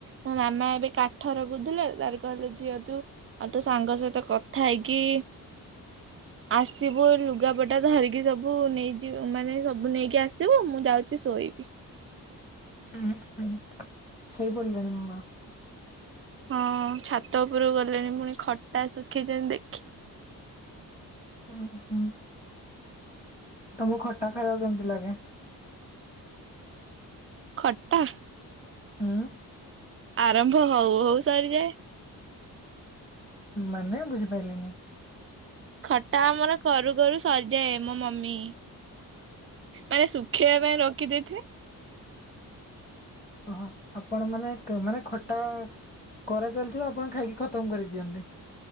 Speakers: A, on the right (about 35°); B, on the left (about 20°).
A: ମୋ ମାମା ଏବେ କାଠର ରଖୁଥିଲା, ତାର କହିଲେ ଝିଅ ତୁ ଆଉ ତୋ ସାଙ୍ଗ ସହିତ କଥା ହେଇକି ଆସିବୁ ଲୁଗାପଟା ଧରିକି ସବୁ ନେଇଯିବ ମାନେ ସବୁ ନେଇକି ଆସ ଶିବୁ ମୁଁ ଯାଉଚି ଶୁଖେଇବି।
B: ହୁଁ ହୁଁ। ସେଇ ପଡି <unintelligible>
A: ହଁ ଛାତ ଉପରକୁ ଗଲେ ପୁଣି ଖଟା ଶୁଖେଇଛନ୍ତି।
B: ହୁଁ ହୁଁ। ତମକୁ ଖଟା ଖାଇବାକୁ କେମିତି ଲାଗେ?
A: ଖଟା।
B: ହୁଁ
A: ଆରମ୍ଭ ହଉ ହଉ ସରିଯାଏ।
B: ମାନେ ବୁଝିପାରିଲନି?
A: ଖଟା ଆମର କରୁ କରୁ ସରିଯାଏ ମୋ ମମି। ମାନେ ଶୁଖେଇବା ପାଇଁ ରଖିଦେଇଥିବେ
B: ଓହ ଆପଣ ମାନେ ମାନେ ଖଟା କରା ଚାଲିଥିବ ଆପଣ ଖାଇକି ଖତମ କରିଦେଇଥିବେ।